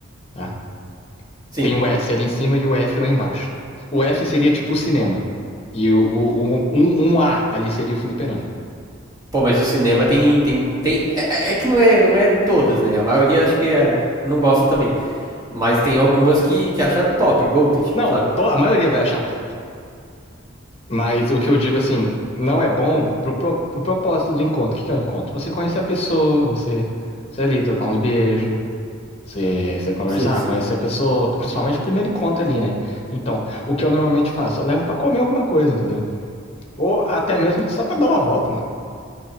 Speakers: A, on the left (about 30°); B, on the right (about 20°).
A: tá?
B: Sim.
A: Tem o S ali em cima e o F lá embaixo. O F seria tipo o cinema. E o, o- o- um, um A ali seria o fliperama.
B: Pô, mas o cinema tem. tem, tem é, é é que não é, não é todas, né? A maioria acho que é- não gosta também. Mas tem algumas que, que acha top, Goated,
A: Não,
B: sabe?
A: to- a maioria vai achar top. Mas o que eu digo assim, não é bom pro, pro, pro propósito do encontro. O que que é o encontro? Você conhecer a pessoa, você, você ali, trocar uns beijos. Você, você conversar,
B: Sim, sim.
A: conhecer a pessoa, principalmente o primeiro encontro ali, né? Então, o que eu normalmente faço? Eu levo pra comer alguma coisa, entendeu? Ou até mesmo só pra dar uma volta, mano.